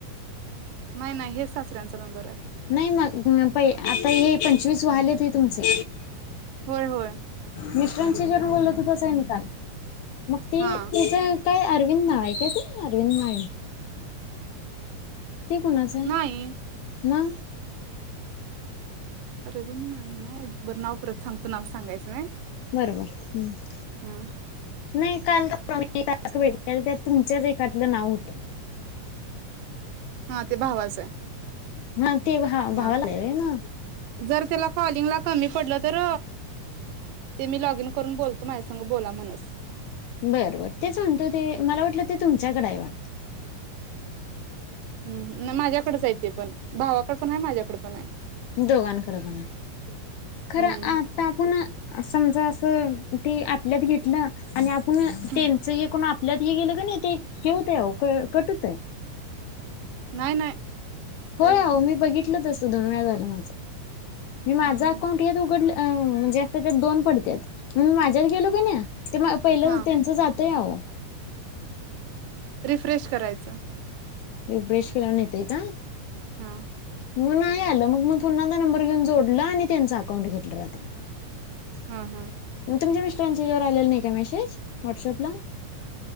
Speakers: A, on the right; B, on the left.
A: नाही नाही हे सचऱ्यांचा नंबर आहे.
B: नाही मग प आता हे प आता हे पंचवीस वाहलेत ते तुमचे.
A: होय होय.
B: मिष्टरांशी जर बोलल तर तसये निकाल मग ती
A: हा
B: तिच काय अरविंद नाव आहे काय ते अरविंद नाई ते कोणाचं आहे?
A: नाही
B: म?
A: रदीन माणी ना बरं नाव परत सांगतो. नाव सांगायचं नाही.
B: बरोबर हम् नाही.
A: हं
B: काल का परवा मी एका भेटले त्या तुमच्याच एखातलं नाव होत.
A: हा ते भावाच आहे.
B: हा. ते भा
A: हा
B: भावाला आहे ना
A: जर त्याला कॉलिंग लाग कमी पडलं तर? ते मी लॉग इन करून बोलते. त माझ्यासांग बोला म्हणस.
B: बर बर ते सांगतो ते मला वाटलं ते तुम तच्याकडेय वाटत.
A: हं हं हम नाही माझ्याकडेचयेत ते पण, भावाकडे पण आहे माझ्याकडे पण आहे.
B: दोघांकडे बन आहे खरं
A: हम्म
B: आता आपण समजा असं ते आपल्यात घेतलं आणि आंप ण
A: हं,
B: त्यांच एकून आप लत हे गेलं का नाही ते ऊत आओ कटवतये.
A: नाहीय नाही.
B: होय
A: काही होत
B: हो
A: नाही.
B: मी बघितल तस दोन वेळ झाला माझा. मी माझं
A: हां, हां,
B: अकाउंट यात उघडलं. म्हणजे असता त्यात दोन पडतात मग मी माझ्यात गेलो का ना ते पहिलं
A: हां.
B: त्यांच जात ते आव
A: रिफ्रेश करायचं
B: एक ब्रेश फिराून येतय का
A: हा
B: मग नाही आलं मग मी पुन्हादा नंबर घेऊन जोडला आणि त्यांच अकाउंट घेतलं रात्री
A: हम् हम्
B: मग तुमच्या मिस्टरांच्या यावर आलेल नाही का मेसेज व्हॉट्सअपला